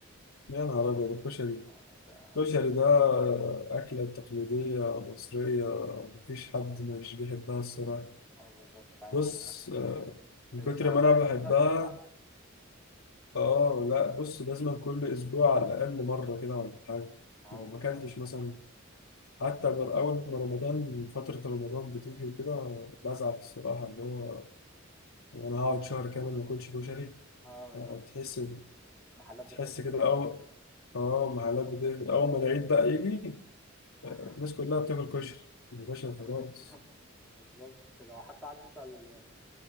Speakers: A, on the left (about 85°); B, in the centre.
A: يا نهار ابيض الكشري
B: انا ده
A: الكشري ده اكله تقليديه مصريه مفيش حد مش بيحبها الصراحه
B: اه بالظبط عارف
A: بص
B: انا
A: آه،
B: اشتريتها
A: من كتر
B: ولا
A: ما انا
B: <laughs> ريحتها
A: بحبها
B: جوعت
A: اه لا بص لازم كل اسبوع على الاقل مره كده ولا حاجه
B: اه
A: لو
B: بالظبط
A: ما اكلتش مثلا حتى بر- أول ما رمضان فترة رمضان بتيجي وكده بزعل الصراحة اللي هو وأنا هقعد شهر كامل ما أكلش كشري
B: اه بالظبط
A: أه، تحس
B: محلات بتقفل
A: تحس كده أول أه محلات بتقفل أول ما العيد بقى يجي
B: <laughs> اه
A: أه، الناس كلها بتاكل كشري يا باشا خلاص
B: بالظبط بالظبط كده وحتى عارف انت ال-